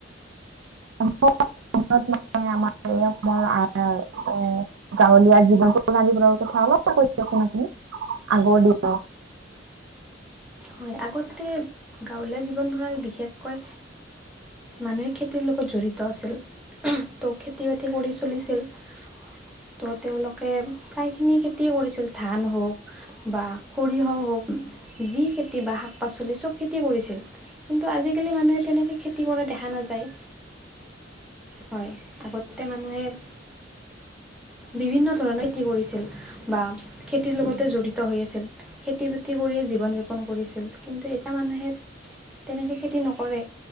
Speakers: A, on the right (about 80°); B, in the centre.
A: <unintelligible> এই গাঁৱলীয়া জীৱন প্ৰণালীবোৰৰ কথা অলপমান কৈ দিয়ক চোন আপুনি আগৰ দিনৰ
B: হয় আগতে গাঁৱলীয়া জীৱন প্ৰণালী বিশেষকৈ মানুহে খেতিৰ লগত জড়িত আছিল ত' খেতি বাতি কৰি চলিছিল ত' তেওঁলোকে প্ৰায়খিনি খেতিয়ে কৰিছিল ধান হওক বা সৰিয়হ হওক যি খে তি বা শাক পাচলি চব খেতিয়ে কৰিছিল কিন্তু আজিকালি মানুহে তেনেকে খেতি কৰা দেখা নাযায়। হয়, আগতে মানুহে- বিভিন্ন ধৰণে খেতি কৰিছিল বা, খেতিৰ লগতে
A: উম উম
B: জড়িত হৈ আছিল। খেতি বাতি কৰিয়ে
A: উম
B: জীৱন
A: উম
B: যাপন কৰিছিল কিন্তু এটা মানুহে তেনেকে খেতি নকৰে